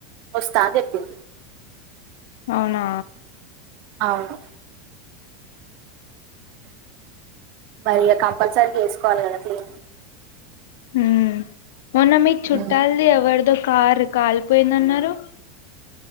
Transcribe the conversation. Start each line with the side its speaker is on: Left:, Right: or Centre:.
Right: వస్తా అని చెప్పింది
Left: అవునా
Right: అవును మరికా కంల్సరీగా చేసుకోవాలే కదా క్లీనింగ్
Left: ఉ మొన్న మీ చుట్టాలది
Right: ఉమ్
Left: ఎవరిదో కార్ కాలిపోయిందన్నారు